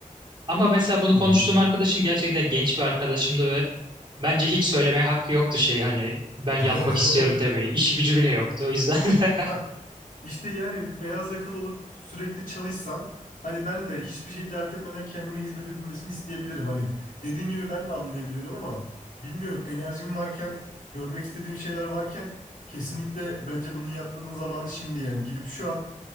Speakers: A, on the right; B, on the left.
A: Ama mesela bunu
B: Hı
A: konuştuğum
B: hı.
A: arkadaşım gerçekten genç bir arkadaşımdı ve bence hiç söylemeye hakkı yoktu şey hani ben
B: <laughs>
A: yatmak istiyorum demeyi. İşi gücü bile yoktu o
B: İşte,
A: yüzden. <laughs>
B: ha, işte yani bir beyaz yakalı olup sürekli çalışsam hani ben de hiçbir şey dert etmeden kendime hizmet edilmesini isteyebilirim. Hani dediğin gibi ben de anlayabiliyorum ama bilmiyorum enerjim varken görmek istediğim şeyler varken kesinlikle bence bunun yapmanın zamanı şimdi yani gidip şu an